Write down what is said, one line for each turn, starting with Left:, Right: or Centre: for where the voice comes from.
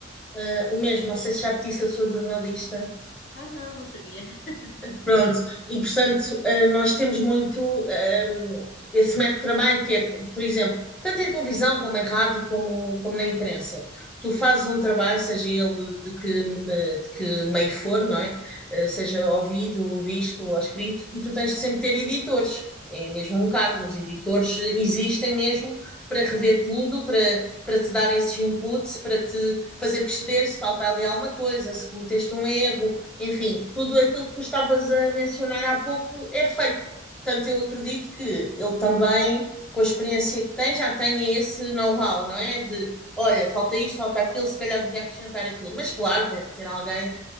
Centre: ah, o mesmo. Não sei se já te disse, eu sou jornalista
Left: Ah, não, não sabia. <laughs>
Centre: Pronto, e portanto, eh, nós temos muito ehm, esse método de trabalho que é, por exemplo, tanto em televisão como em rádio, como, como na imprensa. Tu fazes um trabalho, seja ele de que, eh, de que meio for, não é? Eh, Seja ouvido, visto ou escrito, e tu tens de sempre ter editores. É mesmo um cargo, os editores eh, existem mesmo para rever tudo, para, para te dar esses inputs, para te fazer perceber se falta ali alguma coisa, se cometeste um erro, enfim, tudo aquilo que tu estavas a mencionar há pouco é feito. Portanto, eu acredito que ele também, com a experiência que tem, já tenha esse know-how, não é? De, olha, falta isto, falta aquilo, se calhar devia acrescentar aquilo. Mas, claro, deve ter alguém